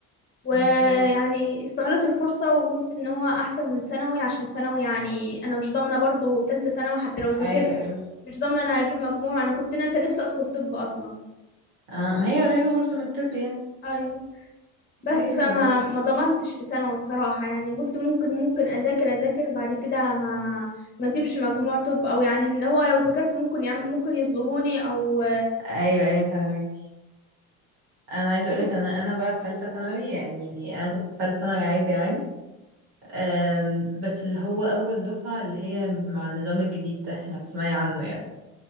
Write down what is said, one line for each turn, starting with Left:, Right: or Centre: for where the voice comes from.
Left: ويعني
Right: اوكي
Left: استغلت الفرصة وقلت ان هو احسن من ثانوي عشان ثانوي يعني انا مش ضامنة برضو تالتة ثانوي حتى لو ذاكرت
Right: ايوه ايوه
Left: مش ضامنة انا هجيب مجموع انا كنت انا كان نفسي ادخل طب اصلا
Right: اه ما هي قريبة برضه من الطب يعني
Left: ايوه بس
Right: ايوه
Left: فما ما ضمنتش في ثانوي بصراحة يعني قلت ممكن ممكن اذاكر اذاكر بعد كده ما ما اجيبش مجموع طب او يعني اللي هو لو ذاكرت ممكن يعم ممكن يظلموني او
Right: ايوه ايوه فاهمك انا عايزه اقول
Left: بس
Right: لك انا انا بقى في ثالثه ثانوي يعني انا كنت في ثالثه ثانوي عادي عام أم، بس اللي هو اول دفعه اللي هي مع النظام الجديد ده احنا بتسمعي عنه يعني